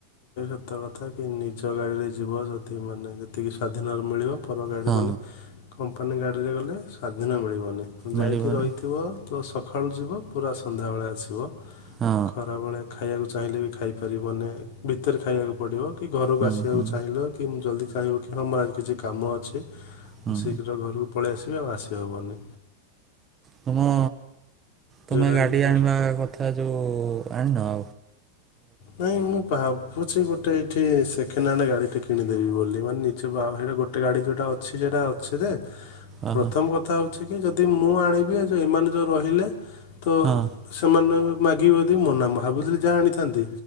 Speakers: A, on the left (about 60°); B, on the right (about 20°).
A: ଗତ କଥା କି ନିଜ ଗାଡ଼ିରେ ଯିବ ଯଦି ମାନେ ଯେତିକି ସ୍ଵାଧୀନରେ ମିଳିବ। କର ଗରେ
B: ହଁ
A: ମାନେ କମ୍ପାନୀ ଗାଡ଼ିରେ ଗଲେ ସ୍ୱାଧୀନ ମିଳିବନି। ଯାଇକି
B: ମିଳିବନି
A: ରହିଥିବ ତ ସକାଳୁ ଯିବ ପୁରା ସନ୍ଧ୍ୟାବେଳେ ଆସିବ।
B: ହଁ
A: ଖରାବେଳେ ଖାଇବାକୁ ଚାହିଁଲେ ବି ଖାଇପାରିବନେ ଭିତରେ ଖାଇବାକୁ ପଡ଼ିବ। କି ଘରକୁ
B: ହୁଁ
A: ଆସିବାକୁ
B: ହୁଁ
A: ଚାହିଁ କି ମୁଁ ଜଲଦି କାହିଁକି କି ଆମର ଆଜି କିଛି କାମ ଅଛି।
B: ହୁଁ
A: ଶୀଘ୍ର ଘରୁ ପଳେଇ ଆସିବି ଆଉ ଆସିବାକୁ ପଡ଼ନି।
B: ତୁମ ତୁମେ
A: ଗାଡ଼ି
B: ଗାଡି
A: ନେବାର
B: ଆଣିବା କଥା ଯୋଉ ଆ ନଅ।
A: ନାଇଁ ମୁଁ ଭାବୁଛି ଗୋଟେ ଏଇଠି ସେ ନା ଗାଡି ଟା କିଣିଦେବି ବୋଲି ମାନେ ନିଜଟ ଗୋଟେ ଗାଡି ଯୋଉଟା ଅଛି ସେଟା ଅଛେ।
B: ଓହୋ
A: ପ୍ରଥମ କଥା ହଉଛି ଟିକେ ଯଦି ମୁଁ ଆଣିବି ଯେଉ ଏମାନେ ଯେଉଁ ରହିଲେ। ତ
B: ହଁ
A: ସମନ୍ୱୟ। ମାଗିବଦ ମନା ଭାବୁଥିଲି ଯାହା ଆଣିଥାନ୍ତି।